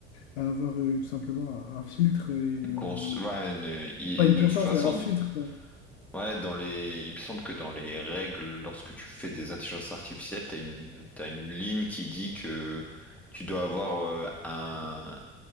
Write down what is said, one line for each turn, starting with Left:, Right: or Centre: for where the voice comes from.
Left: à avoir euh, tout simplement un, un filtre et, euh,
Centre: Une cons- ouais, une- Et
Left: pas une
Centre: de
Left: conscience,
Centre: toute façon,
Left: mais un filtre, quoi.
Centre: Ouais, dans les... il me semble que dans les règles, lorsque tu fais des intelligences artificielles, t'as une... t'as une ligne qui dit que tu dois avoir euh, un...